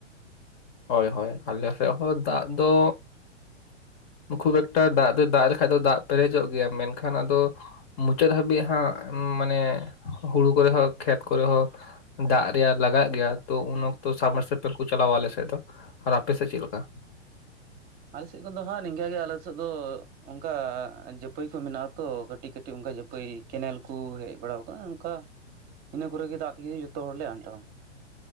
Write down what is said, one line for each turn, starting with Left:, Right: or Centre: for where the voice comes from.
Left: ᱦᱳᱭ ᱦᱳᱭ ᱟᱞᱮ ᱥᱮᱫ ᱦᱚᱸ ᱫᱟᱜ ᱫᱚ ᱠᱷᱩᱵ, ᱮᱠᱴᱟ, ᱫᱟᱜ ᱫᱚ ᱫᱟᱜ ᱞᱮᱠᱷᱟᱡ ᱫᱚ ᱫᱟᱜ ᱯᱮᱨᱮᱡᱚᱜ ᱜᱮᱭᱟ ᱢᱮᱱᱠᱷᱟᱱ ᱟᱫᱚ ᱢᱩᱪᱟᱹᱫ ᱦᱟᱵᱤ ᱦᱟᱸᱜ ᱢᱟᱱᱮ ᱦᱩᱲᱩ ᱠᱚᱨᱮ ᱦᱳᱠ ᱠᱷᱮᱛ ᱠᱚᱨᱮ ᱦᱳᱠ ᱫᱟᱜ ᱨᱮᱭᱟᱜ ᱞᱟᱜᱟᱜ ᱜᱮᱭᱟ ᱛᱚ ᱩᱱ ᱚᱠᱛᱚ ᱥᱟᱵ
Right: ᱦᱮᱸ
Left: <unintelligible> ᱠᱚ ᱪᱟᱞᱟᱣᱟ ᱟᱞᱮ ᱥᱮᱫ ᱫᱚ ᱟᱨ ᱟᱯᱮ ᱥᱮᱫ ᱪᱮᱫ ᱞᱮᱠᱟ᱾
Right: <unintelligible> ᱠᱚ ᱫᱚ ᱦᱟᱸ ᱱᱤᱝᱟᱹᱜᱮ <unintelligible> ᱫᱚ ᱚᱱᱠᱟ ᱡᱟᱹᱯᱟᱹᱭ ᱠᱚ ᱢᱮᱱᱟᱜ-ᱟ ᱟᱛᱚ ᱠᱟᱹᱴᱤᱡ ᱠᱟᱹᱴᱤᱡ ᱚᱱᱠᱟ ᱡᱟᱹᱯᱟᱹᱭ ᱠᱮᱱᱮᱞ ᱠᱚ ᱦᱮᱡ ᱵᱟᱲᱟᱣ ᱠᱟᱱᱟ ᱚᱱᱠᱟ᱾ ᱤᱱᱟᱹ ᱠᱚᱨᱮ ᱜᱮ ᱫᱟᱜ ᱛᱮᱜᱮ ᱡᱚᱛᱚ ᱦᱚᱲ ᱞᱮ ᱟᱱᱴᱟᱣᱟ᱾